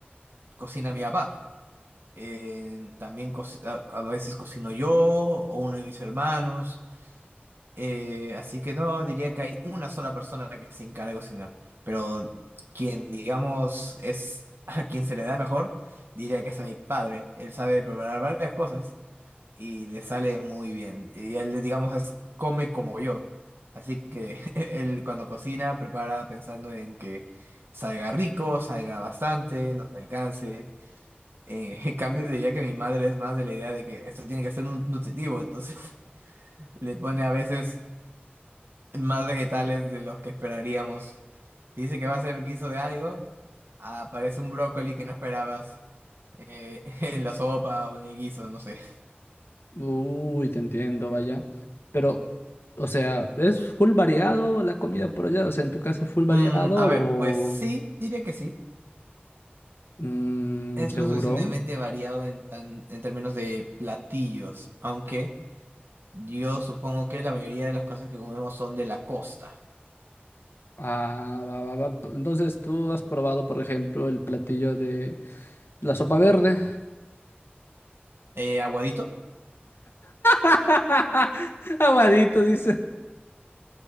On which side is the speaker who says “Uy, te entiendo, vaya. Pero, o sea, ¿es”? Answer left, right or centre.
Left